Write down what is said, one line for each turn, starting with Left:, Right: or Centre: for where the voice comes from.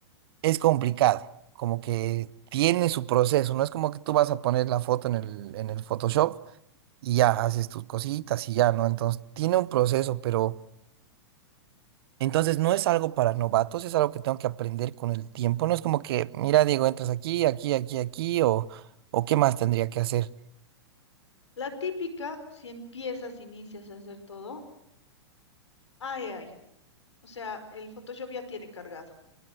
Right: es complicado, como que tiene su proceso, no es como que tú vas a poner la foto en el, en el Photoshop y ya haces tus cositas y ya, ¿no? Entonces, tiene un proceso, pero entonces no es algo para novatos, es algo que tengo que aprender con el tiempo, no es como que, mira, Diego, entras aquí, aquí, aquí, aquí, o, o qué más tendría que hacer.
Left: La típica, si empiezas, inicias a hacer todo, ay, ay, o sea, el Photoshop ya tiene cargado.